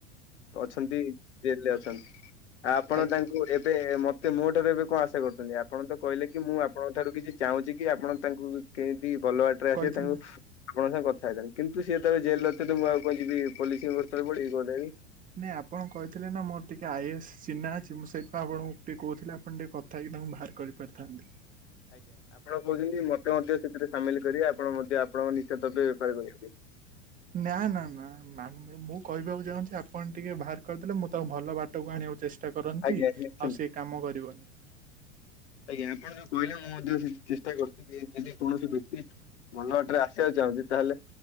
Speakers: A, on the left; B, on the right.
A: ଅଛନ୍ତି ଜେଲରେ ଅଛନ୍ତି ଆ ଆପଣ
B: ଆଜ୍ଞା
A: ତାଙ୍କୁ ଏବେ ମତେ ମୋ ଠାରୁ ଏବେ। କଁ ଆଶା କରୁଛନ୍ତି ଆପଣ ତ କହିଲେ କି ମୁଁ ଆପଣଙ୍କ ଠାରୁ କିଛି ଚାହୁଁଛି କି ଆପଣ ତାଙ୍କୁ କେଁତି ଭଲ ବାଟ ପରେ ଆସିବେ
B: କହିଥିଲି
A: ତାଙ୍କୁ। ଆପଣଙ୍କ ସାଙ୍ଗେ କଥା ହେଇଥାନ୍ତି କିନ୍ତୁ ସିଏ ଯେତେବେଳେ ଜେଲରେ ଥିଲେ ମୁଁ ଆଉ କଁ ଯିବି ପୋଲିସି ଙ୍କ ଗୋଡତଳେ ପଡିବି କଦାବି।
B: ନାଇଁ ଆପଣ କହିଥିଲେ ନା ମୋର ଟିକେ ଆଇଏସ୍ ଚିହ୍ନା ଅଛି ମୁଁ ସେଇଥିାଇଁ ଆପଣଙ୍କୁ ଟିକେ କହୁି ଆପଣ ଟିକେ କଥା। ଥା ହେଇକି ତାଙ୍କୁ ବାହାର କରି ପାରିଥାନ୍ତେ।
A: ଆଜ୍ଞା ଆପଣ କହୁଛନ୍ତି ମୋତେ ମଧ୍ୟ ସେଥିରେ ସାମିଲ କରିବେ ଆପଣ ମଧ୍ୟ ଆପଣଙ୍କ ନିଶା ଦ୍ରବ୍ୟ ବେପାର କରିବା ପାଇଁ।
B: ନା ନା ନା। ଆମେ ମୁଁ କହିବାକୁ ଚାହୁଁଛି ଆପଣ ଟିକେ ବାହାର କରିଦେଲେ ମୁଁ ତାଙ୍କ ଭଲ ବାଟକୁ ଆଣିବାକୁ ଚେଷ୍ ଚେଷ୍ଟା କରନ୍ତି
A: ଆଜ୍ଞା
B: ଆଉ
A: ନିଶ୍ଚିନ୍ତ।
B: ସେ ଏ କାମ କରିବନି।
A: ଆଜ୍ଞା ଆପଣ ଯୋଉ କହିଲେ ମୁଁ ମଧ୍ୟ ସେ ଚେଷ୍ଟା କରୁଛିି ଯେ ଯଦି କୌଣସି ବ୍ୟକ୍ତି। ଭଲ ବାଟରେ ଆସିବାକୁ ଚାହୁଁଚି, ତାହେଲେ